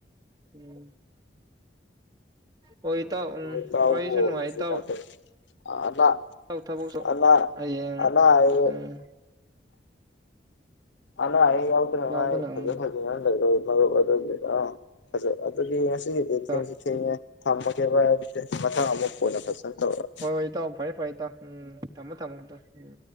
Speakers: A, on the right; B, on the left.
A: ꯎꯝ ꯍꯣꯏ ꯏꯇꯥꯎ ꯎꯝ
B: ꯈꯣꯏ ꯏꯇꯥꯎꯕꯨ
A: ꯋꯥꯔꯤꯁꯨ ꯅꯨꯡꯉꯥꯏ
B: <unintelligible>
A: ꯏꯇꯥꯎ
B: ꯑꯥꯗ
A: ꯏꯇꯥꯎ ꯊꯕꯛꯁꯨ
B: ꯑꯅꯥ
A: ꯍꯌꯦꯡ
B: ꯑꯅꯥ ꯑꯌꯦꯛ
A: ꯎꯝ
B: ꯑꯅꯥ ꯑꯌꯦꯛ ꯌꯥꯎꯗ꯭ꯔ <unintelligible>
A: ꯌꯥꯎꯗꯅ
B: ꯐꯖ
A: ꯎꯝ
B: ꯐ ꯅ ꯂꯩꯔꯣ ꯃꯔꯨꯞ ꯑꯗꯨꯗꯤ ꯑꯥ ꯐꯖ ꯑꯗꯨꯗꯤ ꯉꯁꯤꯒꯤꯗꯤ
A: ꯏꯇꯥꯎ
B: ꯊꯦꯡꯁꯨ ꯊꯦꯡꯉꯦ ꯊꯝꯃꯒꯦ ꯚꯥꯏ ꯑꯗꯨꯗꯤ ꯃꯊꯪ ꯑꯃꯛ ꯀꯣꯟꯅ ꯐꯖꯅ ꯇꯧꯔꯛ
A: ꯍꯣꯏ ꯍꯣꯏ ꯏꯇꯥꯎ ꯐꯔꯦ ꯐꯔꯦ ꯏꯇꯥꯎ ꯎꯝ ꯊꯝꯃꯣ ꯊꯝꯃꯣ ꯇꯥ ꯎꯝ